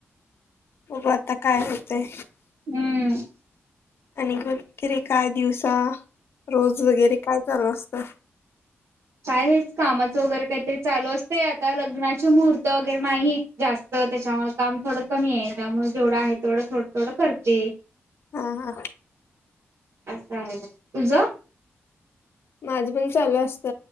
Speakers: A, on the left (about 60°); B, on the right (about 90°).
A: बघू आता काय होतेय
B: हम्म.
A: आणि मग काय दिवसा रोज वगैरे काय चालू असतं.
B: काय हेच कामाचं वगैरे काहीतरी चालू असतंय आता लग्नाचे मुहूर्त वगैरे नाहीत जास्त त्याच्यामुळे काम थोडं कमी आहे त्यामुळे जेवढं आहे तेवढं थोडं थोडं करते.
A: हा हा
B: अस आहे तुझा
A: माझं पण चालू असत